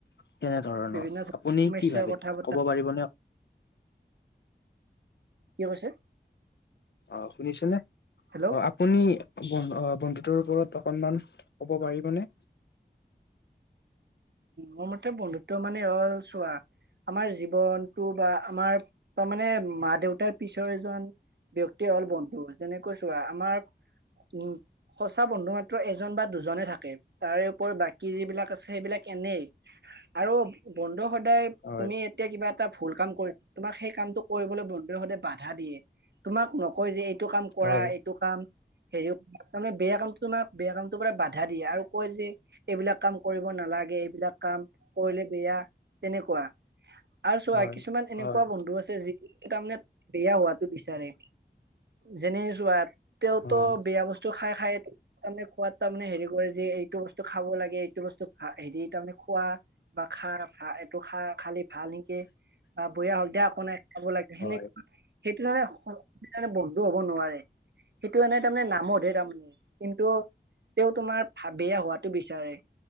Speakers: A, on the left; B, on the right.
A: তেনে ধৰণৰ
B: বিভিন্ন
A: আপুনি
B: সমস্যাৰ
A: কি ভাবে?
B: কথা পতা
A: ক'ব পাৰিবনে আ
B: কিয় কৈছে?
A: অ' শুনিছেনে?
B: হেল্ল'
A: অ' আ আপুনি বন্ধু অ' বন্ধুত্বৰ ওপৰত অকণমান ক'ব পাৰিবনে?
B: মোৰ মতে বন্ধুত্ব মানে হল চোৱা। আমাৰ জীৱনটো বা আমাৰ তাৰমানে মা, দেউতাৰ পিছৰ এজন ব্যক্তিয়ে হ'ল বন্ধু। যেনেকৈ চোৱা আমাৰ উম সঁচা বন্ধু মাত্ৰ এজন বা দুজনে থাকে। তাৰে ওপৰত বাকী যিবিলাক আছে সেইবিলাক এনেই। আৰু বন্ধু সদায়
A: হয়
B: তুমি- তেতিয়া কিবা এটা ভুল কাম কৰিছো, তোমাক সেই কামটো কৰিবলৈ বন্ধুৱে সদায় বাধা দিয়ে। তোমাক নকয় যে এইটো কাম কৰা
A: হয়
B: এইটো কাম। হেৰিও- তাৰমানে বেয়া কামটো তোমাৰ বেয়া কামটোৰ পৰা বাধা দিয়ে, আৰু কয় যে এইবিলাক কাম কৰিব নালাগ- গে এইবিলাক কাম কৰিলে বেয়া তেনেকুৱা। আৰু চোৱা
A: হয়
B: কিছুমান সেনেকুৱা
A: হয়
B: বন্ধু আছে যি- তাৰমানে বেয়া হোৱাটো বিচাৰে। যেনে চোৱা, - তেওঁতো
A: হয়
B: বেয়া বচ- টো খাই খাই তাৰমানে খোৱাত তাৰমানে হেৰি কৰে যে এইটো বস্তু খাব লাগে এইটো বস্তু খা। হেৰি তাৰমানে খোৱা- বা খা খা এইটো খা খালি- ভাল নেকি বা বেয়া হওক দিয়া একো নাই খাব লাগে। সেনেক-
A: হয়
B: সেইটো তাৰমানে বন্ধু হব নোৱাৰে। সেইটো মানে তাৰমানে নামতহে তাৰমানে। কিন্তু, তেওঁ তোমাৰ ভা বেয়া হোৱাটো বিচাৰে।